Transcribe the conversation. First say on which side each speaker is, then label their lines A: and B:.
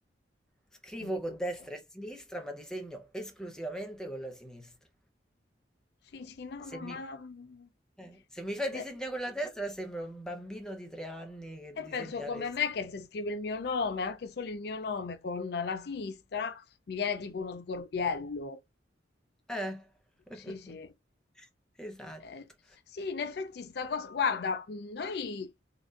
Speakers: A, in the centre; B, on the left.
A: Scrivo
B: Quindi comunque.
A: con destra e sinistra, ma disegno esclusivamente con la sinistra.
B: Sì, sì, no,
A: Se
B: no,
A: mi,
B: ma... mm,
A: eh, se mi fai disegnare
B: Beh,
A: con la destra, sembra un bambino di tre anni che
B: e
A: disegna
B: penso come
A: le... s-
B: me che se scrivo il mio nome, anche solo il mio nome con la sinistra, mi viene tipo uno sgorbiello.
A: Eh, <laughs>
B: Sì, sì.
A: esatto.
B: Eh, sì, in effetti sta cosa, guarda, mh, noi